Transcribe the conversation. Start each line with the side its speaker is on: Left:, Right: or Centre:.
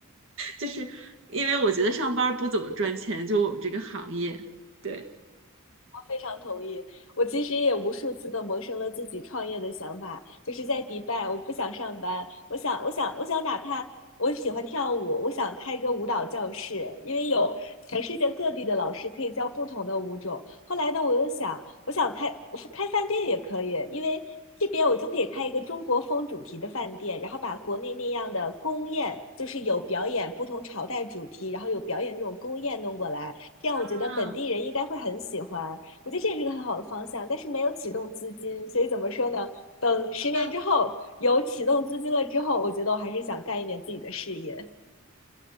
Right: 就是因为我觉得上班儿不怎么赚钱，就我们这个行业，对。
Left: 非常同意。我其实也无数次的萌生了自己创业的想法，就是在迪拜，我不想上班，我想，我想，我想，哪怕我喜欢跳舞，我想开一个舞蹈教室，因为有全世界各地的老师可以教不同的舞种。后来呢，我又想，我想开开饭店也可以，因为这边我就可以开一个中国风主题的饭店，然后把国内那样的宫宴，就是有表演不同朝代主题，然后有表演这种宫宴弄过来，这样我觉得本地人应该会很喜欢。
Right: 啊，
Left: 我觉得这也是一个很好的方向，但是没有启动资金，所以怎么说呢？等十年之后有启动资金了之后，
Right: 那
Left: 我觉得我还是想干一点自己的事业。